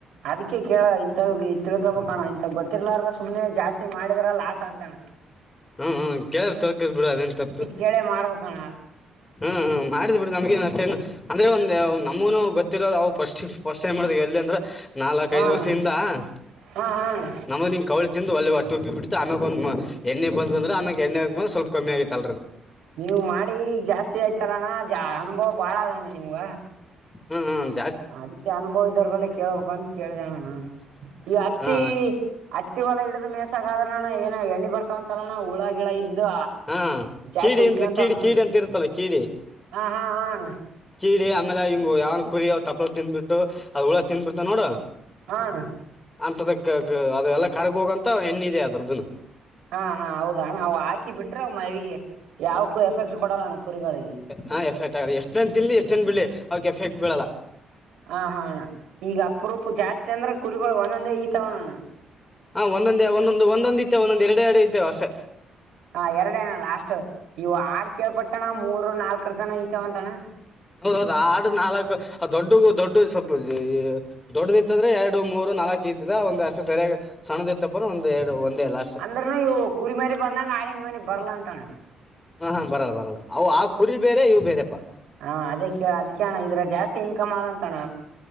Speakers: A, on the right; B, on the left.
A: ಅದ್ಕ್ಕೆ ಕೇಳ ಇಂ ತಿಳ್ಕೊಬಣ ಇಂ ಗೊತ್ತರ್ಲಾರ ಸುಮ್ನೆ ಜಾಸ್ತಿ ಮಾಡಿದ್ರ ಲಾಸ್ಟ್. ಸಾಲಣ.
B: ಹ್ಮ್ ಕೆ ತೊಕದ್ ಬಿಡ ಅದೇನ್ ತಪ್ಪ
A: ಕೇಳೇ ಮಾಡ್ಬೇಕಣ್ಣ
B: ಹ್ಮ ಮಾಡ್ ಬಿ. ನಮ್ಗನ್ ಅಷ್ಟೇನು ಅಂದ್ರೆ ಒಂದ್ ನಮಗೂನು ಗೊತ್ತಿರೋವು ಫಸ್ಟ್ ಫಸ್ಟ್ ಟೈಮ್ ಮಾಡ ಎಲ್ಲಿ ಅಂದ್ರ. ನಾಲ್ಕ್
A: ಹಾ
B: ಐದು
A: ಅಣ್ಣ
B: ವರ್ಷದಿಂದ <unintelligible>
A: ಹಾ ಹಾ ಅಣ್ಣ
B: ಕವಳ ಒೆ ಒಟ್ಟೆ ಉಪ್ಪಿ ಬಿಟ್ಟು ಆಮಕ್ ಒಂದ ಎ್ಣ ಬಂದ್ರೆ ಆಮಕ್ ಎಣ್ಣೆ್ರ ಸ್ವಲ್ಪ ಕಮ್ಮಿ ಆಗಿತಲ್ರ
A: ನೀವು ಮಾಡಿ ಜಾಸ್ತಿ ಆಯ್ತಲ್ಲಣ್ಣ ಜ ಅನುಭವ ಬಾಳ ಅದಣ್ಣ ನಿಮ್ಗ.
B: ಹ್ಮ ಹ್ಮ
A: ಅದಕ್ಕೆ ಅನುಭವ ಇದ್ದರ ಬಲ್ಲೆ ಕೇಳ್ಬೇಕ ಅಂತ ಕೇಳ್ದೇಣ ನಾನ್ ಈ ಅತ್ತಿ
B: ಹಾ
A: ಅ ಹತ್ತತಿವಲ್ಲ ಹಡ್ ಮೇಸಗ ಆದ್ರಣ್ಣ ಏನ ಎ್ಣ ಬರ್ತಾವ ಅಂತಲ್ಲಣ್ಣ ಹುಳ ಗಿಳ ಇದ ಇದು
B: ಹಾ
A: ಜಾಸ್ತಿ
B: ಕೀಡಿ
A: ಉಚ್ಗೆಂತಾವಂತಲಣಾ
B: ಅಂತ ಕೀಡಿ ಕೀಡಿ ಅಂತ ಇರುತ್ತಲ್ಲ ಕೀಡಿ
A: ಹಾ ಹಾ ಹಾ ಅಣಾ
B: ಕೀಡಿ ಆಮೇಲೆ ಹಿಂಗು ಯಾವ್ ಕುರಿ ತಪ್ಪಲಾ ತಿಂದಬಿಟ್ಟು ಅದ ಹುಳ ತಿಂದಬಿಡ್ತಾವ ನೋಡು
A: ಹಾ ಅಣ್ಣ
B: ಅಂತದಕ್ - ಅ ಎಲ್ಲ ಕರ್ಗೋಗಂತ ಎಣ್ಣಿದೆ ಅದ್ರದನ್.
A: ಹಾ ಹಾ ಹೌದಣ್ಣ ಅವು ಹಾಕಿ ಬಿಟ್ರೆ ಅವು ಮೈಗೆ ಯಾವಕ್ಕೂ ಎಫೆಕ್ಟ್ ಕೊಡಲ್ಲಣ್ಣ ಕುರಿಗಳಿಗೆ
B: ಹ ಎಫೆಕ್ಟ್ ಆಗ ಎಷ್ಟೇನ್ ತಿನ್ಲಿ ಎಷ್ಟೇನ್ ಬಿಡ್ಲಿ ಅವಾಕ್ ಎಫೆಕ್ಟ್ ಬೀಳಲ್ಲ.
A: ಹಾ ಹಾ ಆಣ್ಣ ಈಗ ಅಪರೂಪ್ಪ ಜಾಸ್ತಿ ಅಂದ್ರೆ ಕುರಿಗಳು ಒಂದೊಂದೇ ಇಳಿತಾವನಣ್ಣ
B: ಹಾ ಒಂದೊಂದೇ ಒಂದೊಂದು ಒಂದೊಂದ ಇತ್ತೆ ಒಂದೊಂದ್ ಎರಡೆ ಎರಡು ಇಳೀತಾವಷ್ಟೇ.
A: ಹಾ ಎರಡೇ ಅಣ್ಣಾ ಲಾಸ್ಟ್ ಇವ ಆಡ್ ಕೇಳ್ಪಟ್ಟಣ ಮೂರು ನಾಲ್ಕರ ತನ ಇ ತ್ತ ಒಂದಣ
B: ಹೌದ ಹೌದು ಆಡ್ ನಾಲ್ಕು ದೊಡ್ಡಗೂ ದೊಡ್ಡ ಸ್ವಲ್ಪ ದೊಡ್ಡದ ಇತ್ತದ್ರೆ ಎರಡು ಮೂರು ನಾಲ್ಕು ಕೀತಿದ ಒಂದ ಅಷ್ಟು ಸರಿಯಾಗಿ ಸಣ್ಣದ ಇತ್ತಪ್ಪ ಒಂದು ಎರಡು ಒಂದೇ ಲಾಸ್ಟ್
A: ಅಂದ್ರನು ಇವು ಕುರಿ ಮರಿ ಬಂದಂಗ ಆಡಿನ ಮರಿ ಬರ್ಲ ಅಂತಣ
B: ಹಾ ಹಾ ಬರಲ್ಲ ಬರಲ್ಲ ಆವ್ ಆ ಕುರಿ ಬೇರೆ ಇವು ಬೇರೆಪಾ.
A: ಹಾ ಅದಕ್ಕೆ ಅದಕ್ಕೆಣ ಇದ್ರ ಜಾಸ್ತಿ ಇನ್ಕಮ್ ಆದಂತಣ್ಣ.